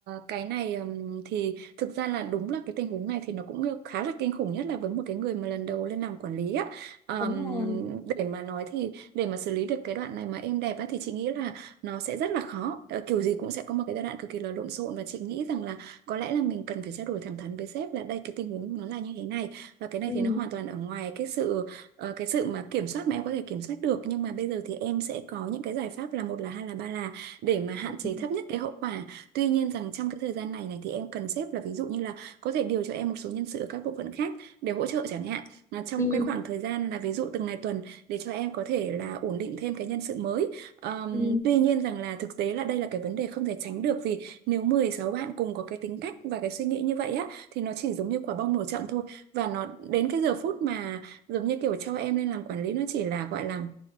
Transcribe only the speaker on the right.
cái này ừm, thì thực ra là đúng là cái tình huống này thì nó cũng khá là kinh khủng nhất là với một cái người mà lần đầu lên làm quản lý á. Ừm,
để mà nói thì để mà xử lý được cái đoạn này mà êm đẹp á thì chị nghĩ là nó sẽ rất là khó. Ờ, kiểu gì cũng sẽ có một cái giai đoạn cực kỳ là lộn xộn và chị nghĩ rằng là có lẽ là mình cần phải trao đổi thẳng thắn với sếp là đây cái tình huống nó là như thế này và cái này
thì nó hoàn toàn ở ngoài cái sự ờ, cái sự mà kiểm soát mà em có thể kiểm soát được nhưng mà bây giờ thì em sẽ có những cái giải pháp là một là hai là ba là để mà hạn
chế thấp nhất cái hậu quả. Tuy nhiên rằng trong cái thời gian này này thì em cần xếp là ví dụ như là có thể điều cho em một số nhân sự ở các bộ phận khác để hỗ trợ chẳng hạn. Là trong
cái khoảng thời gian là ví dụ từng ngày tuần để cho em có thể là ổn định thêm cái nhân sự mới. Ờm,
tuy nhiên rằng là thực tế là đây là cái vấn đề không thể tránh được vì nếu 16 bạn cùng có cái tính cách và cái suy nghĩ như vậy á thì nó chỉ giống như quả bong nổ chậm thôi và nó đến cái giờ phút mà giống như kiểu cho em lên làm quản lý nó chỉ là gọi là